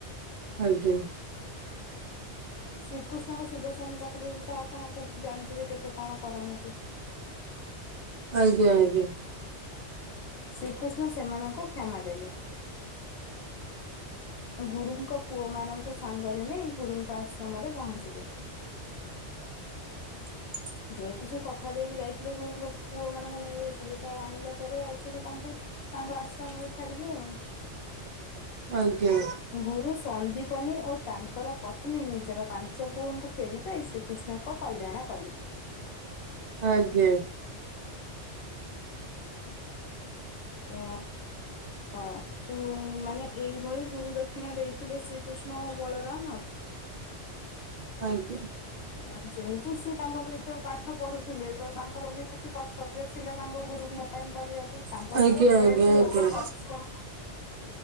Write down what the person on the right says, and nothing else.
ଆଜ୍ଞା।
ଆଜ୍ଞା, ଆଜ୍ଞା।
<inaudible>
<inaudible> ଆଜ୍ଞା।
ଆଜ୍ଞ।
ଆଜ୍ଞା।
ଆଜ୍ଞା ଆଜ୍ଞା ଆଜ୍ଞା
ଆଜ୍ଞା